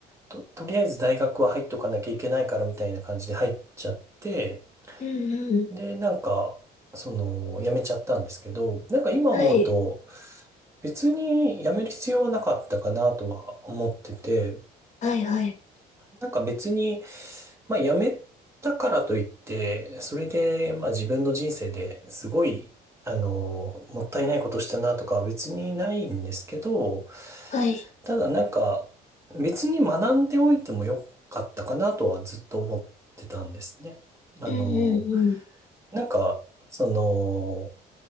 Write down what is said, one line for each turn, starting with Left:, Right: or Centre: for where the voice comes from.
Right: と、とりあえず大学は入っとかなきゃいけないからみたいな感じで入っちゃって、
Left: うんうん。
Right: で、なんか、その、辞めちゃったんですけど、なんか今思うと、
Left: はい。
Right: 別に辞める必要はなかったかなとは思ってて、
Left: はいはい。
Right: なんか別に、まあ辞めたからといって、それで、まあ自分の人生ですごい、あの、もったいないことしたなとかは別にないんですけど、
Left: はい。
Right: ただなんか別に学んでおいてもよかったかなとはずっと思ってたんですね。あの、
Left: うんうんうん。
Right: なんか、そ